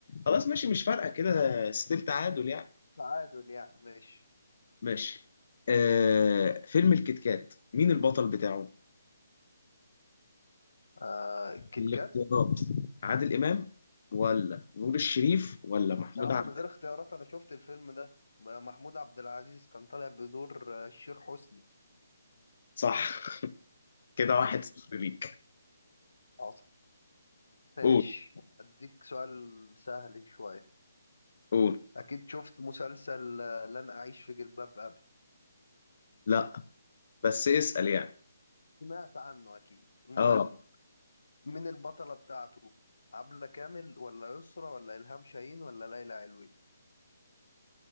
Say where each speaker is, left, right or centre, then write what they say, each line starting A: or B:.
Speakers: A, on the left (about 40°); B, on the left (about 75°).
A: خلاص ماشي مش فارقه كده ستيل تعادل يعني
B: تعادل يعني ماشي
A: ماشي آه فيلم الكيت كات مين البطل بتاعه
B: آه الكيت
A: الاختيارات
B: كات
A: عادل امام ولا نور الشريف ولا محمود
B: يا عم
A: عبد
B: من غير اختيارات انا شفت الفيلم ده ما- محمود عبد العزيز كان طالع بدور آه، الشيخ حسني
A: صح <laughs> كده واحد
B: <laughs>
A: صفر ليك
B: حصل ماشي
A: قول
B: اديك سؤال سهل شوية
A: قول
B: اكيد شفت مسلسل آه، لن اعيش في جلباب ابي
A: لا بس اسأل يعني
B: سمعت عنه اكيد المهم
A: اه
B: مين البطلة بتاعته عبلة كامل ولا يسرا ولا إلهام شاهين ولا ليلى علوي